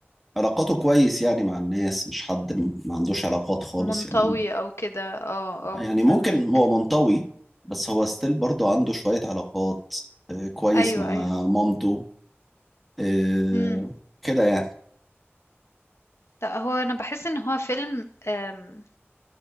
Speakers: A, in the centre; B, on the left (about 75°).
A: علاقاته كويس يعني مع الناس مش حد ما عندوش علاقات خالص
B: منطوي
A: يعني
B: أو كده، آه، آه،
A: آه، يعني
B: فاهماك،
A: ممكن هو منطوي بس هو ستيل برضه عنده شوية علاقات آه، كويس
B: أيوه،
A: مع
B: أيوه،
A: مامته آه،
B: إمم،
A: كده يعني
B: لأ هو أنا باحس إن هو فيلم آمم،